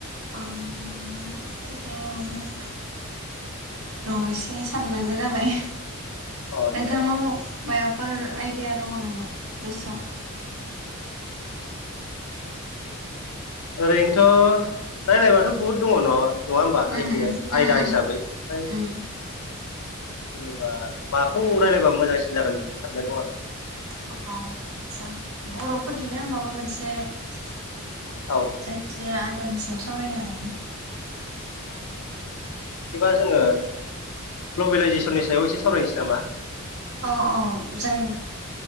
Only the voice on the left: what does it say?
अ
ओरैनोथ' रायज्लायबाथ' बुहुद दङ नङाबा नङा होमबा
आयडि
आयदा
हिसाबै ओमफ्राय
जेनेबा माखौ रायलायबा मोजांसिन जागोन सानबाय दं आरो
औ
बिदिबा जोङो ग्लबेलाइजेसननि सायाव एसे सावरायनोसै नामा?